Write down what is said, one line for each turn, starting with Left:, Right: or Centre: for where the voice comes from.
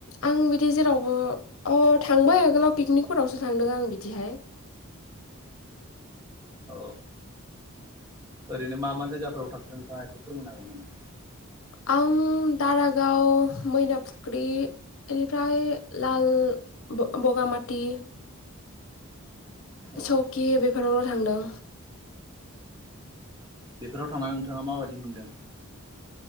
Left: आं बिदि जेरावबो अ थांबाय आगोलाव पिकनिकफोरावसो थांदों आं बिदिहाय।
Right: औ ओरैनो मा मा जायगाफोराव थांखो नोंथाङा एसे फोरमायनो हागोन नामा?
Left: आं दारागाव मैना फुख्रि इनिफ्राय लाल ब-बगामाति
Right: औ
Left: सकि बेफोरावल' थांदों।
Right: बेफोराव थांना नोंथाङा माबायदि मोनदों?